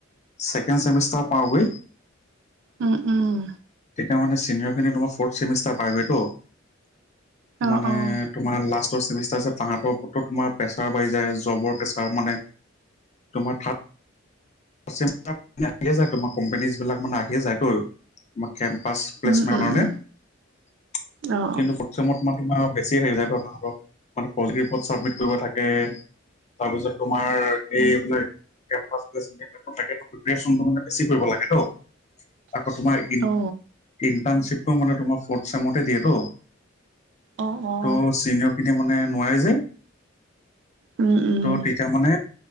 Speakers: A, on the left (about 35°); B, on the right (about 60°).
A: ছেকেণ্ড চেমিষ্টাৰ পাওঁগৈ।
B: উম উম।
A: তেতিয়া মানে ছিনিয়ৰ খিনিয়ে তোমাৰ ফ'ৰ্ট ছেমিষ্টাৰ পাইগৈতো
B: আহ
A: মানে,
B: সেইটোৱে
A: তোমাৰ লাষ্টৰ ছেমিষ্টাৰ যে তাহাতৰ ক'ত তোমাৰ প্ৰেছাৰ বাঢ়ি যায় জবৰ প্ৰেছাৰ মানে। তোমাৰ থা স <unintelligible> তোমাৰ কোম্পনীজ বিলাক মানে আহিয়ে যায় তো তোমাৰ কেম্পাছ। প্লেচমেণ্টৰ
B: উম উম
A: কাৰণে কিন্তু
B: অ অ উম উম অ অ
A: ফ'ৰ্থ চেমত তোমাক তোমাৰ অলপ বেছি হেৰি যায়তো তাহঁতৰ মানে প্ৰজেক্টত ৰিপৰ্ড চাবমিট কৰিব থাকে। তাৰপিছত তোমাৰ এই মানে কেম্পাছ প্লেচমেণ্ট তাকেটো প্ৰিপেৰেচন মানে বেছি কৰিব লাগেতো। আকৌ তোমাৰ ইণ্টাৰণশ্বিপটো
B: অ
A: মানে তোমাৰ ফৰ্থ চেমতে দিয়েতো।
B: অ অ
A: ত' চিনিয়ৰখিনিয়ে মানে নোৱাৰে যে।
B: উম উম
A: ত' তেতিয়া মানে